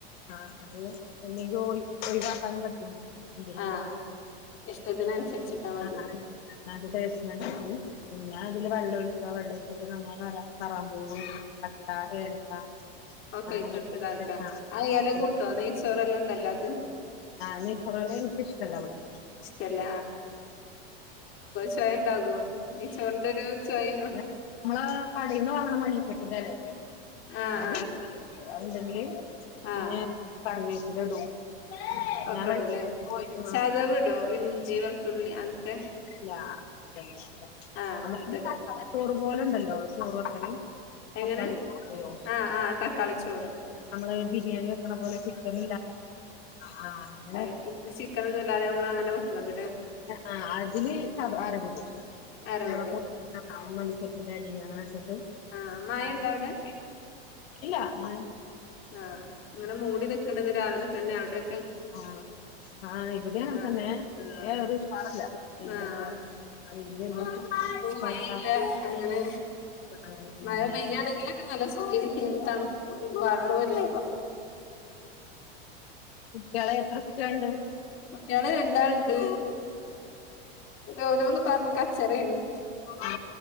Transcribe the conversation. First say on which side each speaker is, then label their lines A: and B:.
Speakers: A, on the left; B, on the left.
A: ആ അത് എന്തെങ്കും പറ്റും മുതി
B: ആഹ് ഇഷ്ടത്തിനനുസരിച്ചിട്ടാ
A: <unintelligible>
B: മതി
A: അത്സട്ടില് <inaudible> പിന്നെ അതില് വെള്ളം ഒഴിക്കുക വെള്ളം ഒഴിച്ചിട്ട് നമ്മൾ ക കറാൻ പോ കട്ട ഏലക്ക
B: ഓക്കെ
A: ആഹ് അതൊക്കെ
B: കിട്ടതാക്കാം
A: ഇട്ടിട്ട് ആഹ്
B: ആ
A: ആഹ്
B: ഇല
A: പിന്നെ
B: കൂട്ടോ നെയ്ച്ചോറെല്ലാം ഉണ്ടഢണല്ലോ അത്
A: ആ ഇ കൊറല്ല എനിക് ഇഷ്ഠം ആല്ല അവിടെ
B: ഇഷ്ടല്ല ചവയ ഉണ്ടാകുവോ ന ചന്തരു ചവയ <inaudible>
A: നമ്മള് കടയിൽന്ന് വാങ്ങണ മലട്ടന്റെല്ലേല്ലേ
B: ആഹ്
A: അത്
B: ആഹ്
A: അത്ണ്ടെങ്കില്
B: ആഹ്
A: പിന്നെ കറിവേപ്പില ഇടും പിന്നെ
B: അക്കടല്ലെ
A: വെള്ളത്തി പോയി ആഹ്
B: സദവിട ഇൻ ജീവൽത്തുുള്ളി അത്തെ
A: ല്ല അതല്ലല്ല
B: ആഹ്
A: നമ്മ
B: അതിട
A: ചോറ് പോലെ ഉണ്ടല്ലോ ചോറ വക്കൽ
B: എങ്ങനെ
A: സക്കളോ
B: ആഹ് ആഹ് തക്കാളി ചോറ്
A: നമ്മള് ബിരിയാണി വെക്കണ പോലെ ചിക്കൻ ഇല്ല ആഹ
B: ആ ചിക്കൻ ഒന്നും ഇല്ലാതെ നമ്മൾ എങ്ങനെയ വയ്ക്കുന്നത്
A: ആ അതില് സ ആരപടും
B: അരവിടും
A: നമ്മളപ്പ ആഹ് അമ്മണിച്ചപ്പ ഇത അങ്ങനെച്ചപ്പ
B: ആഹ മായ ഉണ്ടോ അവിടെ
A: ഇല്ല മല്ല
B: ആഹ് അങ്ങനെ മൂടി നിക്കണ്ടന്ന് രാവിലെ തന്നെ അവിടെ
A: ആഹ ആഹ് ഇവിടൊണ്
B: ആഹ്
A: തന്നെ വലിയ
B: ആഹ്
A: ഒരു പാറില്ല വയിലൊക്കെ
B: ആഹ്
A: അവ
B: ഇപ്പൊ
A: സർക്കാർ
B: മഴയില്ല അങ്ങനെ
A: ആ
B: മഴ
A: ഉ
B: പെയ്യാണെങ്കിലൊക്കെ നല്ല സുഖി തണു വെള്ളല്ല
A: കുട്ടികളെ എത്ര ഇഷണ്ട്
B: കുട്ടികള് രണ്ടാളുണ്ട് ഓനോന്ന് പറഞ്ഞ കച്ചറാണ്
A: ആ